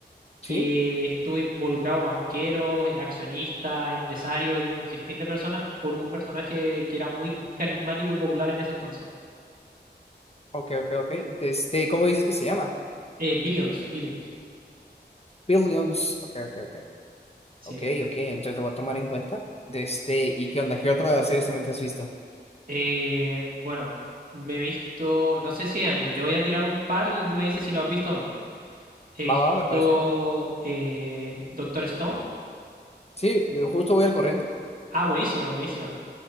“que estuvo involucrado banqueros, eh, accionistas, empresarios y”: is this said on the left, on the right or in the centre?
Right